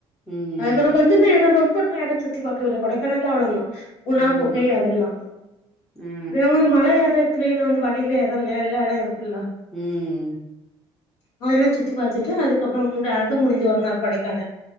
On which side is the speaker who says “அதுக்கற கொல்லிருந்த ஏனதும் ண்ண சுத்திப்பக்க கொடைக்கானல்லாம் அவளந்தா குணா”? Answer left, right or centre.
Left